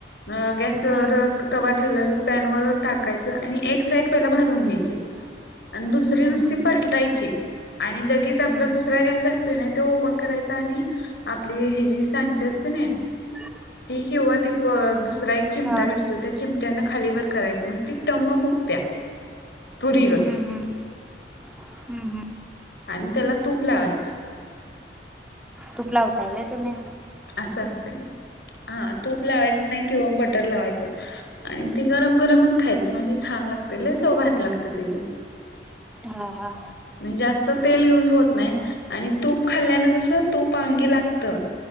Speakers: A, on the left (about 70°); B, in the centre.
A: अ गॅसवर
B: हम्म
A: तवा ठेवलेला पॅनवर टाकायचं, आणि एक साइड पहिला भाजून घ्यायची. आणि दुसरी
B: हम्म
A: नुसती
B: हम्म
A: पलटायची, आणि लगीच आपला
B: हम्म
A: दुसरा गॅस असतोय त ओपन करायची, आणि आपली हे जी सांची असते नाही,
B: <unintelligible>
A: ती किंवा ती दुसरा एक चिमटा
B: हा
A: भेट तो त्या चिमट्यान खाली वर करायचं, मग ती टम्म फुगत्या पुरीगत.
B: ह ह ह.
A: आणि त्याला तूप लावायचं.
B: तुप लावताय होय, तुम्ही?
A: असं असतयं, हा तूप लावायचं नाही किंवा बटर लावायच आणि ती गरम गरमच खायच म्हणजे, छान लागतय लय चव भारी लागते त्याची.
B: हा हा.
A: म्हणजे जास्त तेल युज होत नाही. आणि तूप खाल्ल्यानं कसं तूप अंगी लागतं.